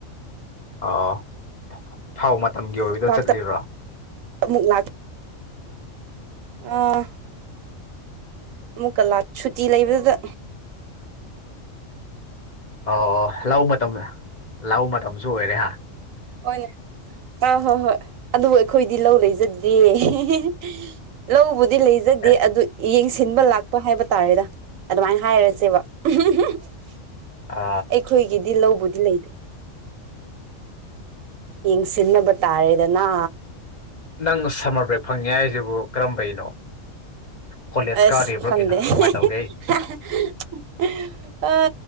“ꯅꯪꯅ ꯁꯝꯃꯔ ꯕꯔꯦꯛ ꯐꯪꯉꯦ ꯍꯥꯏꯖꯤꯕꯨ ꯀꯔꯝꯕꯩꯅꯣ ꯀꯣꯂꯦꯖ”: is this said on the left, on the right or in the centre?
Left